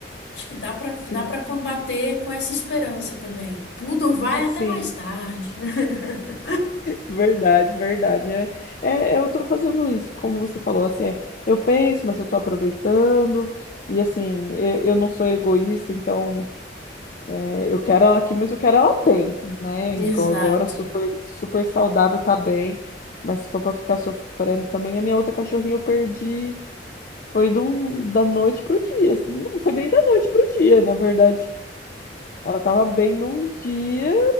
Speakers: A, on the left; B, on the left.
A: Acho que dá para
B: sim,
A: dá para combater com essa esperança também. Poodle vai
B: sim.
A: até mais tarde. <laughs>
B: Verdade, verdade. É, é, eu tô fazendo isso, como você falou, assim, é, eu penso, mas eu tô aproveitando, e assim, eu, eu não sou egoísta, então é, eu quero ela aqui, mas eu quero ela bem, né? Igual
A: Exato.
B: agora, super, super saudável, tá bem, mas se for pra ficar sofrendo também, a minha outra cachorrinha eu perdi, foi de um- da noite pro dia, assim, não foi nem da noite pro dia, na verdade, ela tava bem num dia